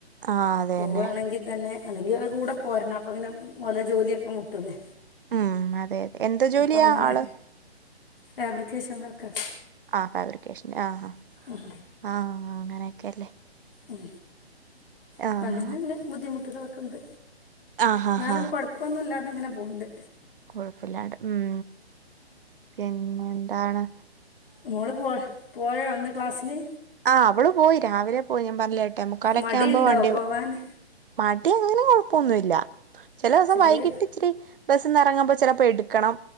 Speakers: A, on the right; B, on the left.
A: ആഹ് അത്
B: പോകുകയാണെങ്കിൽ
A: തന്നെ
B: തന്നെ അല്ലെങ്കിൽ അവരെ കൂടെ പോരണം അപ്പൊ പിന്നെ ഓല ജോലിയൊക്കെ മുട്ടൂലേ
A: ഉം അതെ അതെ എന്ത് ജോലിയാ
B: അപ്പൊ അങ്ങനെ
A: ആള്
B: ഫാബ്രിക്കേഷൻ വർക്കാ
A: ആഹ് ഫാബ്രിക്കേഷൻ ആഹ് ആഹ്
B: ഉം
A: ആഹ് ആഹ് അങ്ങനെയേക്കല്ലേ
B: ഉം
A: ആഹ്
B: അപ്പം അങ്ങനെയുള്ള ബുദ്ധിമുട്ടുകളൊക്കെ ഉണ്ട്
A: ആഹ്
B: എന്നാലും
A: ആഹ്
B: കൊഴപ്പമൊന്നുമില്ലാതെ അങ്ങനെ പോകണ്ട്
A: കുഴപ്പില്ലാണ്ട് ഉം പിന്നെ എന്താണ്
B: മോള് പോ പോയോ ഇന്ന് ക്ലാസ്സില്
A: ആഹ് അവള് പോയി രാവിലെ പോയി ഞാൻ പറഞ്ഞില്ലേ എട്ടെ മുക്കാലൊക്കെ
B: മടിയുണ്ടോ
A: ആവുമ്പോൾ വണ്ടി
B: പോവാന്
A: വ മടി അങ്ങനെ കൊഴപ്പൊന്നുമില്ല ചില ദിവസം
B: ചെറിയ
A: വൈകിട്ട് ഇച്ചിരി ബസിന്ന് എറങ്ങുമ്പ ചിലപ്പോ എടുക്കണം